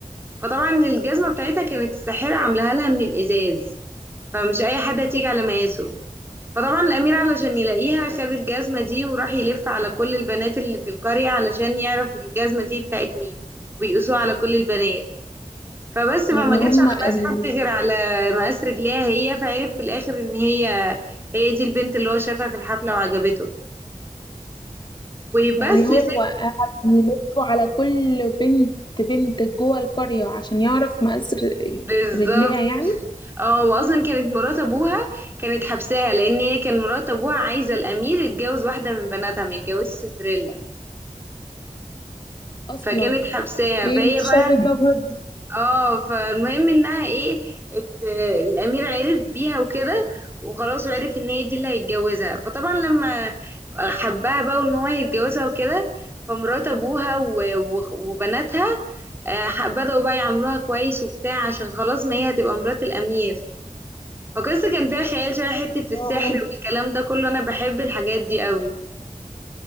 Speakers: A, on the right; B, on the left.
A: فطبعا الجزمة بتاعتها كانت الساحرة عاملاها لها من الإزاز فمش أي حد هتيجي على مقاسه فطبعا الأمير علشان يلاقيها خد الجزمة دي وراح يلف على كل البنات اللي في القرية علشان يعرف الجزمة دي بتاعت مين ويقيسوها على كل البنات فبس فما
B: يعني
A: جاتش
B: هما
A: على مقاس
B: ال...
A: حد غير على مقاس رجليها هي فعرف في الآخر إن هي هي دي البنت اللي هو شافها في الحفلة وعجبته وبس
B: يعني هو
A: يا ستي
B: قعد يلف على كل بنت بنت جوه القرية عشان يعرف مقاس ر-
A: بالظبط
B: رجليها يعني
A: اه واصلا كانت مرات ابوها كانت حبساها لان هي كان مرات ابوها عايزه الامير يتجوز واحده من بناتها ما يتجوزش سندريلا
B: أصلا
A: فكانت حبساها
B: ايه
A: فهي
B: الشر
A: بقى
B: ده برضه
A: اه فالمهم انها ايه ات... الامير عرف بيها وكده وخلاص وعرف ان هي دي اللي هيتجوزها فطبعا لما حبها بقى وان هو هيتجوزها وكده فمرات ابوها و... و... وبناتها آه، بدأوا بقى يعاملوها كويس وبتاع عشان خلاص ما هي هتبقى مرات الامير وقصة كان فيها خيال شوية حتة
B: اه
A: السحر والكلام ده كله أنا بحب الحاجات دي قوي